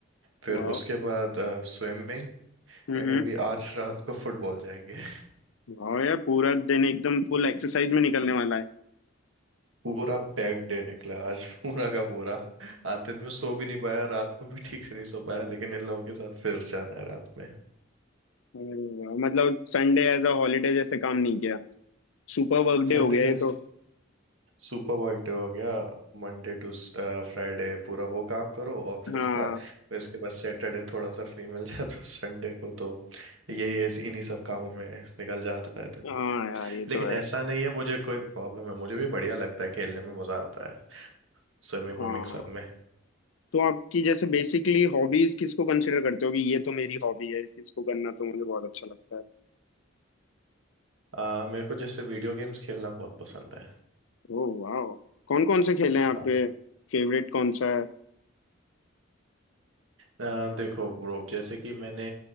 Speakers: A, on the right; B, on the left.
A: फिर
B: वाह
A: उसके बाद स्विमिंग
B: हम्म
A: एंड अभी आज रात को फुटबॉल जाएंगे
B: वाह यार पूरा दिन एकदम फुल एक्सरसाइज में निकलने वाला है
A: पूरा पैक्ड डे निकला आज पूरा का पूरा आज दिन में सो भी नहीं पाया रात को भी ठीक से नहीं सो पाया लेकिन इन लोगों के साथ फिर से आना है रात में
B: अरे वाह, मतलब संडे एज अ हॉलीडे जैसे काम नहीं किया सुपर वर्क डे
A: संडे
B: हो गया
A: जैसे
B: ये तो
A: सुपर वर्क डे हो गया मंडे टू फ्राइडे पूरा वो काम करो ऑफिस
B: हाँ
A: का फिर इसके बाद सैटरडे थोड़ा सा फ्री मिल जाए <laughs> तो संडे को तो यही ऐसे इन्हीं सब कामों में निकल जाता है दिन
B: हाँ यार ये
A: लेकिन
B: तो है
A: ऐसा नहीं है मुझे कोई प्रॉब्लम है मुझे भी बढ़िया लगता है खेलने में मजा आता है स्विमिंग
B: हाँ
A: विमिंग सब में
B: तो आपकी जैसे बेसिकली हॉबीज किसको कंसिडर करते हो कि ये तो मेरी हॉबी है इस चीज को करना तो मुझे बहुत अच्छा लगता है
A: आ, मेरे को जैसे वीडियो गेम्स खेलना बहुत पसंद है
B: ओह वाह कौन कौन से खेल हैं
A: हाँ
B: आपके फेवरेट कौन सा है
A: अ, देखो ब्रो जैसे कि मैंने